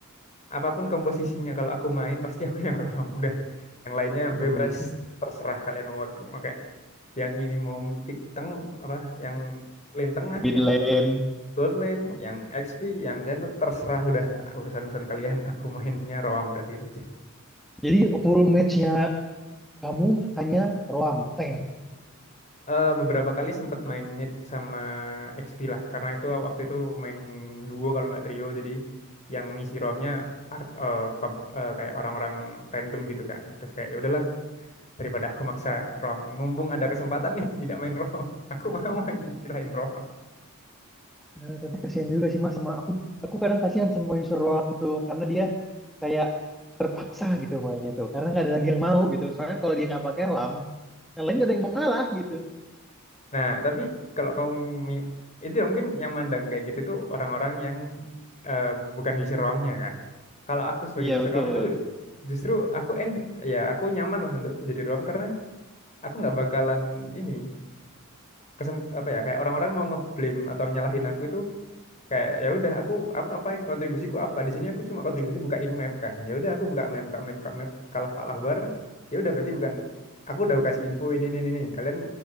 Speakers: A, on the left (about 35°); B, in the centre.
A: apapun komposisinya kalau aku main pasti aku yang rebam. <laughs> Udah, yang lainnya
B: Aduh
A: bebas
B: itu
A: terserah kalian mau pakai yang ini mau pick teng apa, yang lane tengah,
B: mid
A: yang
B: lane.
A: gold lane, yang XP, yang jungle terserah udah urusan-urusan kalian. Aku mainnya roam udah gitu aja.
B: Jadi full matchnya kamu hanya Roam tank.
A: Eh, beberapa kali sempat main mid sama XP lah karena itu waktu itu main duo kalau nggak trio jadi yang ngisi romnya art eh, pub- eh, kayak orang-orang random gitu kan terus kayak ya udahlah daripada aku maksa rom mumpung ada kesempatan nih <laughs> tidak main rom <laughs> aku mau main selain rom
B: Eh, tapi kasihan juga sih mas sama aku aku kadang kasihan sama user ruang tuh karena dia kayak terpaksa gitu mainnya tuh karena nggak ada lagi yang mau gitu soalnya kalau dia nggak pakai lam yang lain nggak ada yang mau ngalah gitu
A: nah tapi kalau kamu mi- itu ya mungkin yang mandang kayak gitu tuh orang-orang yang eh, bukan user romnya kan kalau aku sebagai
B: iya
A: user
B: betul
A: rom itu justru aku en ya aku nyaman lah untuk jadi rom karena aku nggak bakalan ini kesem- apa ya kayak orang-orang mau ngeblame atau nyalahin aku itu kayak ya udah aku aku apain kontribusiku apa di sini aku cuma kontribusi bukain map kan ya udah aku buka map buka map buka map kalah kalah war ya udah berarti bukan aku udah kasih info ini ini ini ini. kalian